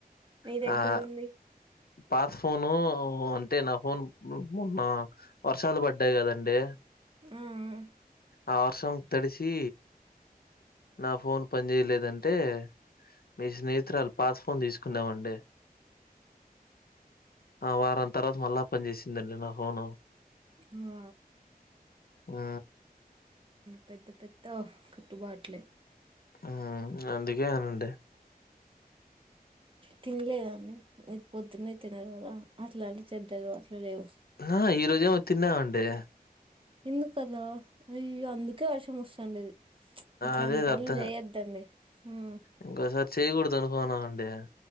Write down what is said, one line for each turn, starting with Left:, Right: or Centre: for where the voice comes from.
Right: నీ
Left: ఆ
Right: దగ్గర ఉంది
Left: పాత ఫోను అంటే నా ఫోన్ మొన్న వర్షాలు పడ్డాయి కదండి
Right: ఆఆ
Left: ఆ వర్షం తడిసి నా ఫోన్ పనిచెయలేదంటే మీ స్నేహితురాలు పాత ఫోన్ తీసుకుందామండి ఆఁ వారం తర్వాత మళ్ళా ఆ పని చేసిందండి నా ఫోను
Right: మ్మ్
Left: మ్మ్ఁ
Right: పెద్ద పెద్ద కట్టుబాట్లే
Left: మ్మ్ అందుకే అనుండే
Right: తినలేదా అండి? మీరు పొద్దున్నే తినరు కదా! అట్లాంటి చెడ్డ అలవాట్లు లేవు.
Left: నాఁ ఈ రోజేమో తిన్నామండి
Right: ఎందుకలా అయ్యో అందుకే వర్షం వస్తా వుండేది. ప్చ్ ఇట్లాంటి
Left: అదే
Right: పనులు
Left: అర్థం
Right: చేయొద్దండి మ్మ్
Left: ఇంకోసారి చేయ్యకూడదు అనుకున్నామండి.